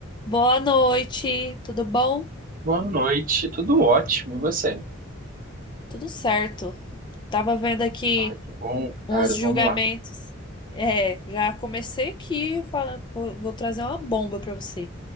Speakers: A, on the left; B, on the right.
A: Boa noite, tudo bom?
B: Boa noite, tudo ótimo, e você?
A: Tudo certo. Tava vendo aqui
B: Ah, que bom,
A: uns
B: cara.
A: julgamentos.
B: Vamos lá.
A: É, já comecei aqui, fala- vou, vou trazer uma bomba pra você.